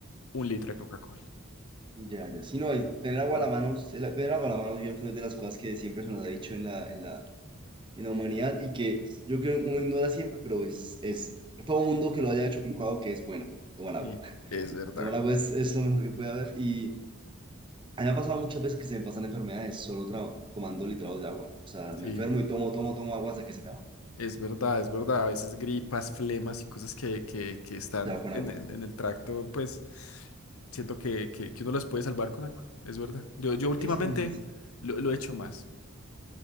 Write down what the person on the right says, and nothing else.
Ya, ya. Sí, no, y tener agua
a la mano, el- tener agua a la mano yo creo que es de las cosas que siempre se nos ha dicho en la, en la en la humanidad y que yo creo que uno ignora siempre, pero es, es todo mundo que lo haya hecho comprobado que es bueno tomar agua.
<laughs>
Tomar agua es, es lo mejor que puede haber y a mí me ha pasado muchas veces que se me pasan enfermedades solo tra- tomando litrados de agua. O sea,
me enfermo y tomo, tomo, tomo agua hasta que se me va,
se va con
agua.
Sí, sí, me dices.